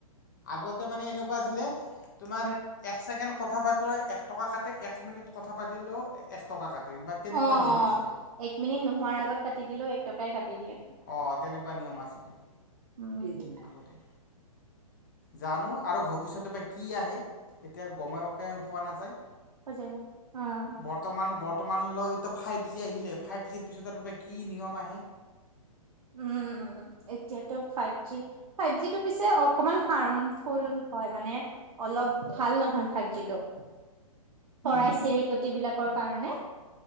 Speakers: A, on the left; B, on the right.
A: আগতে মানে এনেকুৱা আছিলে
B: <unintelligible>
A: তোমাৰ এক ছেকেণ্ড কথা পাতিলেও এক টকা কাটে এক মিনিট কথা পাতিলেও এক টকা কাটে বা তেনেকুৱা
B: অ
A: নিয়ম
B: অ
A: আছিলে
B: এক মিনিট নোহোৱাৰ আগত কাটি দিলেও এক টকাই কাটি দিয়ে।
A: অ তেনেকুৱা নিয়ম আছিলে,
B: উম,
A: আগতে। জানো আৰু ভৱিষ্যতে বা কি আহে, এতিয়া গমকে পোৱা নাযায়।
B: সজায় অ',
A: বৰ্তমান বৰ্তমানলৈতো ফাইভ জি আহিলে ফাইভ জিৰ পিছত ত পৰা কি নিয়ম আহে
B: উম উম এতিয়াতো ফাইভ জি ফাইভ জি টো পিছে অকমান হাৰ্মফুল হয় মানে অলপ ভাল নহয় ফাইজিটো চৰাই
A: উম
B: চিৰিকটি বিলাকৰ কাৰণে